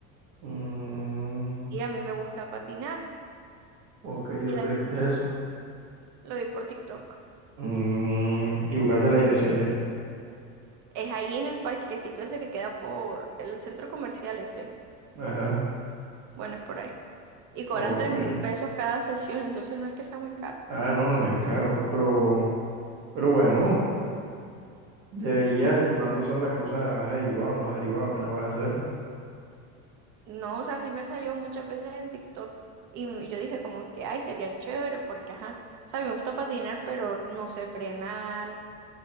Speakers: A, on the right; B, on the right.
A: Mm,
B: y a mí me gusta patinar
A: ok, ¿y
B: y
A: ¿dónde
B: la-
A: viste eso?
B: lo vi por TikTok.
A: Mm, y buscaste la dirección ya.
B: Es ahí en el parquecito ese que queda por el centro comercial ese.
A: Ajá.
B: Bueno, es por ahí. Y cobran
A: Ok.
B: tres mil pesos cada sesión, entonces no es que sea muy caro.
A: Ah, no, no es caro. Pero, pero bueno. Deberías, ¿y cuándo son las cosas? ¿Has averiguado o no has averiguado? Apenas vas a hacerlo.
B: No, o sea, sí me salió muchas veces en TikTok y m- yo dije como que, ay, sería chévere porque, ajá, o sea, a mí me gusta patinar, pero no sé frenar,